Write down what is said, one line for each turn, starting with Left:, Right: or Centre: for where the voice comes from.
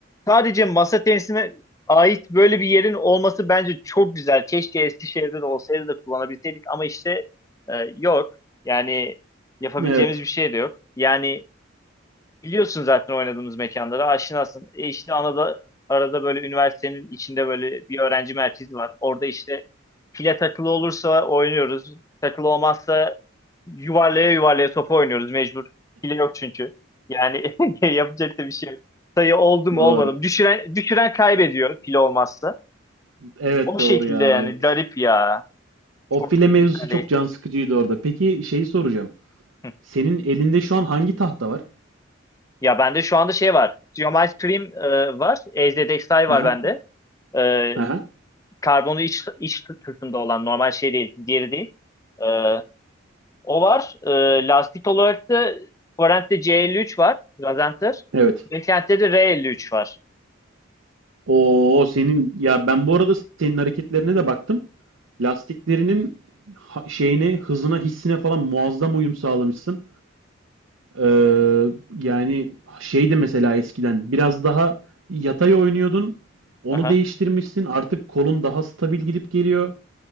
Left: sadece masa tenisine ait böyle bir yerin olması bence çok güzel. Keşke Eskişehir'de de olsaydı da kullanabilseydik ama işte e, yok. Yani yapabileceğimiz
Right: Evet,
Left: bir şey de yok. Yani Biliyorsun zaten oynadığımız mekanları aşinasın. E işte anada, arada böyle üniversitenin içinde böyle bir öğrenci merkezi var. Orada işte file takılı olursa oynuyoruz. Takılı olmazsa yuvarlaya yuvarlaya topu oynuyoruz mecbur. File yok çünkü. Yani <laughs> yapacak da bir şey yok. Sayı oldu mu
Right: doğru.
Left: olmadı mı? Düşüren, düşüren kaybediyor file olmazsa.
Right: Evet
Left: O şekilde
Right: doğru ya
Left: yani
Right: evet.
Left: garip ya.
Right: O
Left: Çok
Right: file
Left: güzel
Right: mevzusu çok
Left: değil.
Right: can sıkıcıydı orada. Peki şeyi soracağım.
Left: Hı.
Right: Senin elinde şu an hangi tahta var?
Left: Ya bende şu anda şey var. Geometry Dream e, var. EZTEXI
Right: Aha,
Left: var bende. E,
Right: aha.
Left: karbonu iç, iç kısmında olan normal şey değil, diğeri değil. Ee, o var. Ee, lastik olarak da Forent'te C53 var. Gazenter.
Right: Evet.
Left: Beklenti'de de R53 var.
Right: O senin ya ben bu arada senin hareketlerine de baktım. Lastiklerinin ha- şeyine, hızına, hissine falan muazzam uyum sağlamışsın. Ee, yani şey de mesela eskiden biraz daha yatay oynuyordun. Onu
Left: Aha.
Right: değiştirmişsin. Artık kolun daha stabil gidip geliyor.